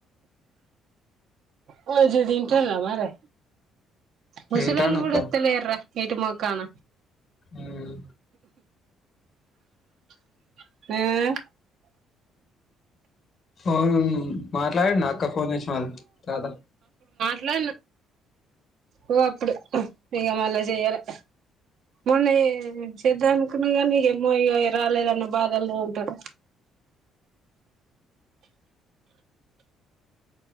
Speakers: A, on the right (about 65°); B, on the left (about 45°).
A: మంచిగ తింటురా మరి ముసిలోళ్ళు
B: తింటాండు
A: కూడా
B: అక్క
A: వత్తాలేరా ఇటు మక్కన
B: ఉమ్
A: <inaudible>
B: అవును మాట్లాడ నాక్క ఫోన్ వచ్చిన మ కాదా
A: అట్లా ఓ అప్పుడు ఇక మళ్ళ చెయ్యాలి మొన్న చేద్దా అనుకున్నా కానీ ఏమో రాలేదన్న బాధనే ఉంటారు